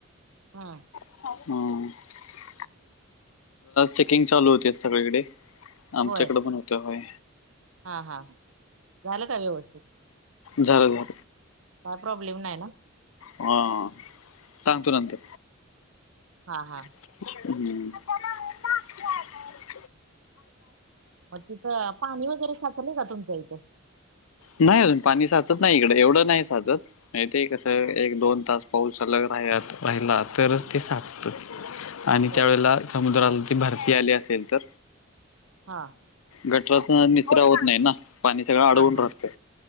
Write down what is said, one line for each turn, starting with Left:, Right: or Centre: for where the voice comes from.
Right: हा.
Left: <unintelligible>
Right: <unintelligible>
Left: चेकिंग चालू होते सगळीकडे आमच्याकडे
Right: होय
Left: पण होतय.
Right: हा हा झालं का व्यवस्थित.
Left: झार झाल.
Right: काय प्रॉब्लेम नाही ना.
Left: हा सांगतो नंतर.
Right: हा हा.
Left: <unintelligible>
Right: मग तिथं पाणी वगैरे साचलय का तुमच्या इथं.
Left: नाही अजून पाणी साचत नाही इकड एवढं नाही साचत मग ते कसं आहे
Right: हा
Left: एक दोन तास. पाऊस अल राहत राहिला तरच ते साचत आणि
Right: होय
Left: त्यावेेळेला. समुद्राला ती भरती आली असेल तर.
Right: हा.
Left: गटराचा निचरा होत नाही ना पाणी सगळं अडवून
Right: हा हा
Left: राहतं